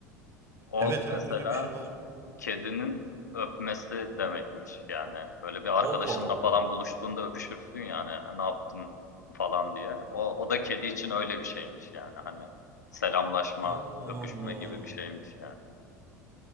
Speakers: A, on the left; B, on the right.
A: O
B: Evet evet
A: mesela
B: öyle bir şey var.
A: kedinin öpmesi demekmiş. Yani böyle bir arkadaşınla
B: Allah Allah.
A: falan buluştuğunda öpüşürsün yani ne yaptın falan diye. O, o da kedi için öyle bir şeymiş yani hani selamlaşma,
B: Allah
A: öpüşme
B: Allah.
A: gibi bir şeymiş yani.